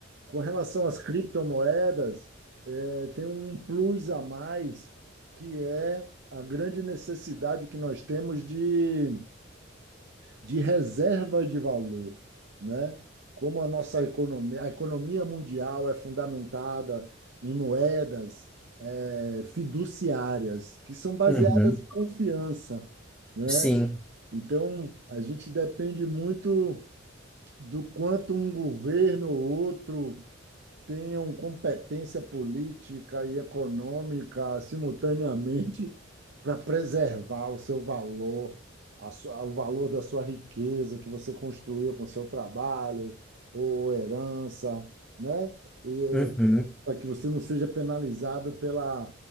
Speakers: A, on the right; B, in the centre.
A: Com relação às criptomoedas, eh, tem um plus a mais, que é a grande necessidade que nós temos de de reserva de valor, né? Como a nossa economia, a economia mundial é fundamentada em moedas eh, fiduciárias, que são baseadas
B: Uhum.
A: em confiança, né?
B: Sim.
A: Então, a gente depende muito do quanto um governo ou outro tenham competência política e econômica simultaneamente para preservar o seu valor, a sua- o valor da sua riqueza que você construiu com seu trabalho ou herança, né? E
B: Uhum.
A: para que você não seja penalizado pela,